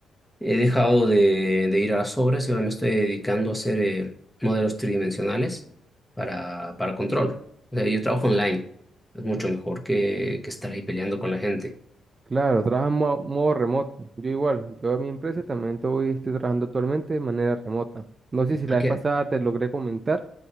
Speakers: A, in the centre; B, on the right (about 30°).
A: he dejado de, de ir a las obras y ahora me estoy dedicando a hacer eh, modelos tridimensionales para, para control. O sea, yo trabajo online. Es mucho mejor que, que estar ahí peleando con la gente.
B: Claro, trabajo en mo- modo remoto. Yo igual, yo en mi empresa también estoy, estoy trabajando actualmente de manera remota. No sé si la
A: ¿A
B: vez
A: qué?
B: pasada te logré comentar